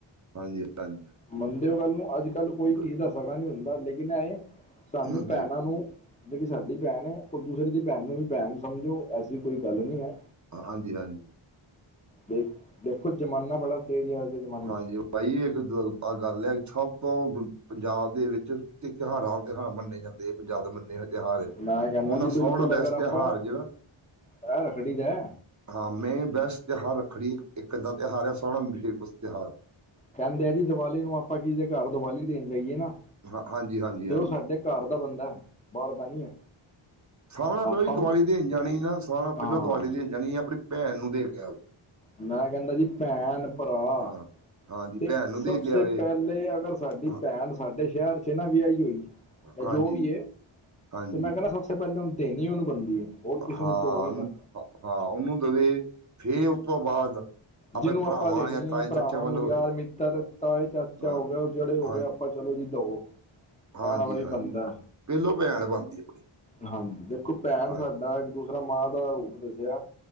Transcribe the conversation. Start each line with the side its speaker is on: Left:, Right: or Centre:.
Right: ਹਾਂਜੀ, ਹਾਂਜੀ, ਹਾਂਜੀ,
Left: ਮੰਨਦੇ ਓ ਗੱਲ ਨੂੰ ਅੱਜ ਕੱਲ ਕੋਈ
Right: ਬ-
Left: ਕੀ ਦੱਸ ਪਤਾ ਨੀ ਹੁੰਦਾ ਲੇਕਿਨ ਇਹ ਸਾਨੂੰ
Right: ਜੀ ਹਾਂਜੀ,
Left: ਭੈਣਾਂ ਨੂੰ ਜਿਹੜੀ ਸਾਡੀ ਭੈਣ ਹੈ। ਉਹ ਦੂਸਰੇ ਦੀ ਭੈਣ ਨੂੰ ਵੀ ਭੈਣ ਸਮਝੋ ਐਸੀ ਕੋਈ ਗੱਲ ਨਹੀਂ ਹੈ।
Right: ਹਾ ਹਾਂਜੀ ਹਾਂਜੀ।
Left: ਦੇਖ ਦੇਖੋ ਜ਼ਮਾਨਾ ਬੜਾ ਤੇਜ਼ ਆ ਅੱਜ ਦੇ ਜਮਾਨੇ
Right: ਹਾਂਜੀ
Left: ਚ।
Right: ਭਾਈ ਇੱਕ ਗੱਲ ਹੈ ਸਭ ਤੋਂ ਪੰਜਾਬ ਦੇ ਵਿੱਚ ਤੇ ਤਿਉਹਾਰ ਤਿਹਾਰ ਮੰਨੇ ਜਾਂਦੇ ਪੰਜਾਬ ਦੇ ਮੰਨੇ ਤਿਉਹਾਰ ਆ
Left: ਮੈਂ ਕਹਿੰਦਾ
Right: ਉਹਨਾਂ
Left: ਜੀ
Right: ਸਭ
Left: ਬਿਲਕੁਲ
Right: ਨਾਲ ਬੈਸਟ
Left: ਅਗਰ ਆਪਾਂ
Right: ਤਿਉਹਾਰ ਜਿਹੜਾ
Left: ਇਹ ਰੱਖੜੀ ਦਾ
Right: ਹਾਂ ਮੈਂ ਬੈਸਟ ਤਿਉਹਾਰ ਰੱਖੜੀ ਇੱਕ ਦਾ ਤਿਉਹਾਰ ਆ ਸੋਣਾ ਫੇਮਸ ਤਿਉਹਾਰ।
Left: ਕਹਿੰਦੇ ਆ ਜੀ ਦੀਵਾਲੀ ਨੂੰ ਆਪਾਂ ਕਿਸ ਦੇ ਘਰ ਦੀਵਾਲੀ ਦੇਣ ਜਾਈਏ ਨਾ
Right: ਹਾਂ ਹਾਂਜੀ ਹਾਂਜੀ
Left: ਤੇ
Right: ਹਾਂਜੀ
Left: ਉਹ ਸਾਡੇ ਘਰ ਦਾ ਬੰਦਾ ਹੈ ਬਾਹਰ ਦਾ ਨੀ ਹੈ।
Right: ਸਭ ਨਾ ਪਹਿਲਾਂ
Left: ਆਪਾਂ
Right: ਜੀ ਦੀਵਾਲੀ ਦੇਣ ਜਾਣੀ ਨਾ ਸਭ ਨਾ
Left: ਹਾਂ
Right: ਪਹਿਲਾਂ ਦੀਵਾਲੀ ਦੇਣ ਜਾਣੀ ਆਪਣੀ ਭੈਣ ਨੂੰ ਦੇਖਕੇ ਆਵੇ।
Left: ਮੈਂ ਕਹਿੰਦਾ ਜੀ ਭੈਣ ਭਰਾ
Right: ਹਾਂ ਹਾਂਜੀ
Left: ਤੇ
Right: ਭੈਣ ਨੂੰ
Left: ਸਭਸੇ
Right: ਦੇ ਕੇ ਆਵੇ
Left: ਪਹਿਲੇ ਅਗਰ ਸਾਡੀ
Right: ਹਾਂ
Left: ਭੈਣ ਸਾਡੇ ਸ਼ਹਿਰ ਚ ਨਾ ਵਿਆਹੀ ਹੋਈ ਤੇ
Right: ਹਾਂਜੀ
Left: ਜੋ ਵੀ
Right: ਹਾਂਜੀ
Left: ਤੇ ਮੈਂ ਕਹਿੰਣਾ ਸਭਸ ਪਹਿਲੇ ਉਹਨ ਦੇਣੀ ਉਹਨੂੰ ਬਣਦੀ ਹੈ ਹੋਰ ਕਿਸੇ
Right: ਹਾਂ
Left: ਨੂੰ ਦੋ ਹੀ ਨਾ।
Right: ਹਾਂ ਉਹਨੂੰ ਦੇਵੇ ਫੇਰ ਉਸ ਤੋਂ ਬਾਅਦ
Left: ਜਿਹਨੂੰ
Right: ਆਪਣੇ ਭਰਾਵਾਂ
Left: ਆਪਾਂ ਦੇਣੀ
Right: ਜਾਂ
Left: ਹੈ
Right: ਤਾਏ
Left: ਏ ਭਰਾਵਾਂ
Right: ਚਾਚਿਆਂ ਵੱਲ
Left: ਨੂੰ
Right: ਹੋਵੇ
Left: ਯਾਰ ਮਿੱਤਰ
Right: ਹਾਂ
Left: ਤਾਏ ਚਾਚਾ
Right: ਹਾਂ
Left: ਹੋ ਗਿਆ ਜਿਹੜੇ ਹੋ
Right: ਹਾਂ
Left: ਗਏ ਆਪਾਂ ਚਲੋ ਜੀ ਦੋ
Right: ਹਾਂਜੀ
Left: ਆਣ ਵਾਲਾ
Right: ਹਾਂਜੀ
Left: ਬੰਦਾ।
Right: ਪਹਿਲੋਂ ਭੈਣ ਬਣਦੀ ਆਪਣੀ
Left: ਹਾਂਜੀ ਦੇਖੋ ਭੈਣ
Right: ਹਾਂ
Left: ਸਾਡਾ ਇੱਕ ਦੂਸਰਾ ਮਾਂ ਦਾ ਰੂਪ ਦੱਸਿਆ